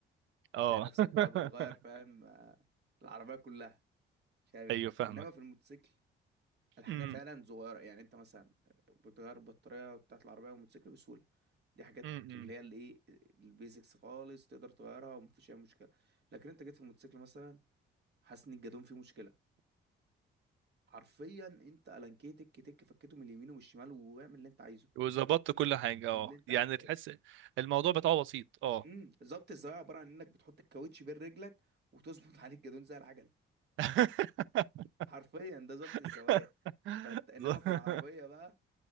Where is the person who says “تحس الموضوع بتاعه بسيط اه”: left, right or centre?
Right